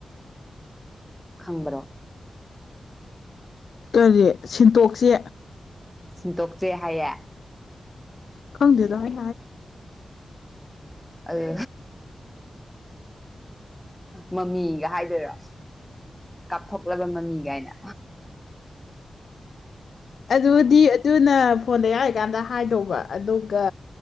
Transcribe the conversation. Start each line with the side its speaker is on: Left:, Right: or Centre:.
Centre: ꯈꯪꯕ꯭ꯔꯣ
Left: ꯀꯔꯤ ꯁꯦꯟꯇꯣꯛꯁꯦ
Centre: ꯁꯤꯟꯇꯣꯛꯆꯦ ꯍꯥꯏꯌꯦꯦ
Left: ꯈꯪꯗꯗ ꯍꯥꯏ
Centre: ꯑꯗꯨ ꯃꯃꯤꯒ ꯍꯥꯏꯗꯣꯏꯔꯣ ꯀꯥꯞꯊꯣꯛꯂꯕ ꯃꯃꯤ ꯀꯥꯏꯅ
Left: ꯑꯗꯨꯗꯤ ꯇꯨꯅ ꯐꯣꯟꯗ ꯌꯥꯔꯤꯀꯥꯟꯗ ꯍꯥꯏꯗꯧꯕ ꯑꯗꯨꯒ